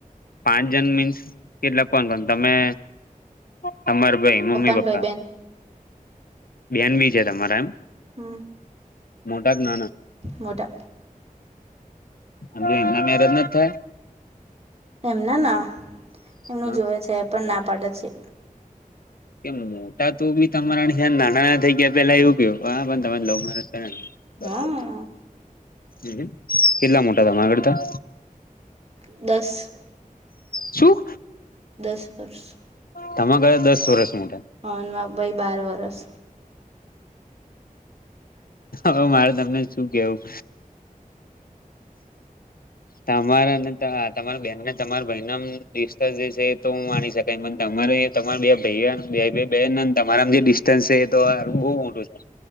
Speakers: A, on the left (about 85°); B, on the right (about 45°).
A: પાંચ જન મીન્સ કેટલા પા તમે તમાર ભાઈ મમ્મી
B: ને
A: પપ્પા
B: ભાઈ બેન
A: બેન બી છે તમારા એમ
B: હમ
A: મોટા કે નાના
B: મોટા
A: અને એના મેરજ નથ થયા.
B: એમને ના એમનું
A: હા
B: જોવે છે એ પણ ના પાડે છે.
A: કે મોટા તો બી તમારા થી નાના ના થઈ ગયા પેલા એવું કયું હા પણ તમારા લવ મેરેજ. હમ બરાબર
B: હા
A: છે કેટલા મોટા તમારા કરતાં.
B: દસ.
A: શું.
B: દસ વર્ષ.
A: તમાર કરતા દસ વર્ષ મોટા.
B: અન મા ભાઈ બાર વરસ.
A: હવે મારે તમને શું કેવું. તમારા અને તહા તમારી બેનને તમારા ભાઈ નામ. ડિસ્ટન્સ જે છે એ તો હું માણી શકાય મન તો તમારે તમારા બે ભાઈ આ બે બે બેન ન તમારા જે ડિસ ડિસટેન્સ હે તો હારુ બહુ મોટું છે.